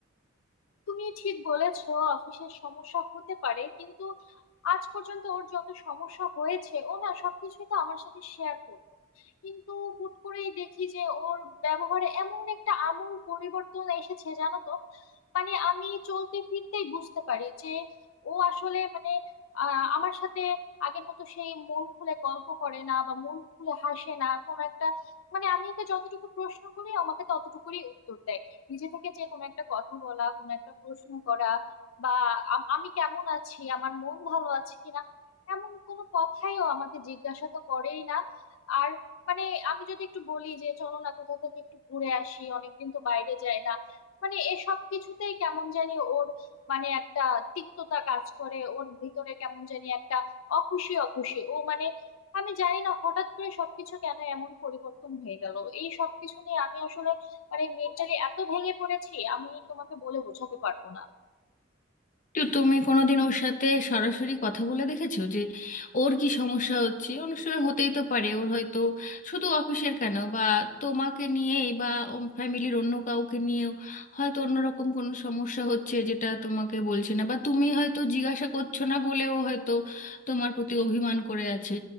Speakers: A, on the left; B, on the left.
A: তুমি ঠিক বলেছো অফিসের সমস্যা হতে পারে কিন্তু আজ পর্যন্ত ওর যত সমস্যা হয়েছে ও না সবকিছুই তো আমার সাথে শেয়ার করতো কিন্তু হুট করেই দেখি যে ওর ব্যবহারে এমন একটা আমূল পরিবর্তন এসেছে জানো তো মানে আমি চলতে ফিরতেই বুঝতে পারি যে ও আসলে মানে আহ, আমার সাথে আগের মতো সেই মন খুলে গল্প করে না বা মন খুলে হাসে না কোনো একটা মানে আমি ওকে যতটুকু প্রশ্ন করি ও আমাকে ততটুকুই উত্তর দেয় নিজে থেকে যে কোনো একটা কথা বলা কোনো একটা প্রশ্ন করা বা আম- আমি কেমন আছি আমার মন ভালো আছে কিনা এমন কোনো কথাইও আমাকে জিজ্ঞাসা তো করেই না আর মানে আমি যদি একটু বলি যে চলো না কোথাও থেকে একটু ঘুরে আসি অনেকদিন তো বাইরে যায় না মানে এসব কিছুতেই কেমন জানি ওর মানে একটা তিক্ততা কাজ করে ওর ভিতরে কেমন জানি একটা অখুশি অখুশি ও মানে আমি জানি না হঠাৎ করে সবকিছু কেন এমন পরিবর্তন হয়ে গেল এই সবকিছু নিয়ে আমি আসলে মানে মেন্টালি এত ভেঙে পড়েছি আমি তোমাকে বলে বোঝাতে পারবো না
B: তো তুমি কোনোদিন ওর সাথে সরাসরি কথা বলে দেখেছো যে ওর কি সমস্যা হচ্ছে অনেক সময় হতেই তো পারে ওর হয়তো শুধু অফিসের কেন বা তোমাকে নিয়েই বা ফ্যামিলির অন্য কাউকে নিয়েও হয়তো অন্যরকম কোনো সমস্যা হচ্ছে যেটা তোমাকে বলছে না বা তুমি হয়তো জিজ্ঞাসা করছো না বলেও হয়তো তোমার প্রতি অভিমান করে আছে